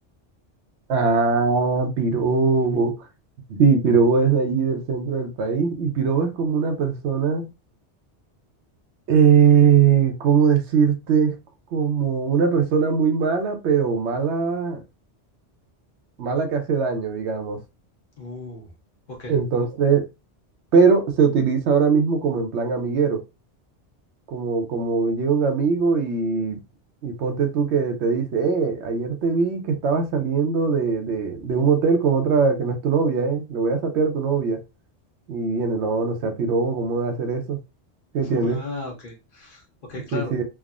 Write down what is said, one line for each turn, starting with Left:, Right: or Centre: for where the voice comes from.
Right: Ah, pirobo. Sí, Pirobo es de allí del centro del país y Pirobo es como una persona, eh, ¿cómo decirte? Es como una persona muy mala, pero mala, mala que hace daño, digamos.
Left: Uh, ok.
Right: Entonces, pero se utiliza ahora mismo como en plan amiguero, como, como llega un amigo y, y ponte tú que te dice, eh, ayer te vi que estabas saliendo de, de, de un hotel con otra que no es tu novia, eh, le voy a sapear a tu novia. Y viene, no, no sea Pirobo, ¿cómo va a hacer eso? ¿Sí
Left: <laughs>
Right: entiendes?
Left: Ah, ok. Ok, claro.
Right: Sí, sí.